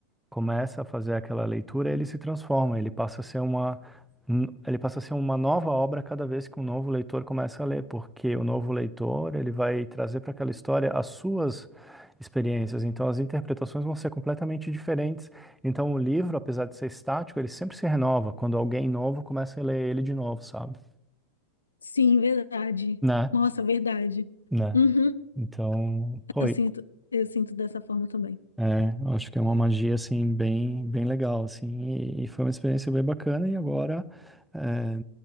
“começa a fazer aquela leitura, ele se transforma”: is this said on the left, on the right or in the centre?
Centre